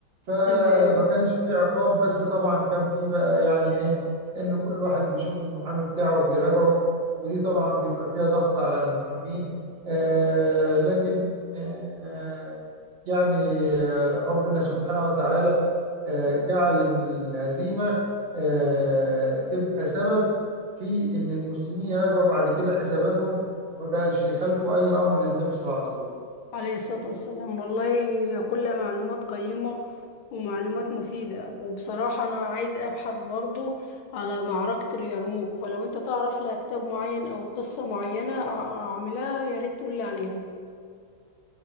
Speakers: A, on the right (about 65°); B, on the left (about 80°).
A: فما
B: تمام
A: كانش في عقاب بس طبعا كان في بقى يعني ايه ان كل واحد بيشوف المحامي بتاعه بيراجعه ودي طبعا بيبقى فيها ضغط على المحامين آه، لكن آه، يعني آه، ربنا سبحانه وتعالى آه، جعل إن الهزيمة آه، تبقى سبب في إن المسلمين يراجعوا بعد كده حساباتهم وما بقاش يخالفوا أي أمر للنبي صلى الله عليه وسلم.
B: عليه الصلاة والسلام والله كلها معلومات قيمة ومعلومات مفيدة وبصراحة أنا عايزة أبحث برضو على معركة اليرموك فلو أنت تعرف لها كتاب معين أو قصة معينة أع- أعملها يا ريت تقولي عليها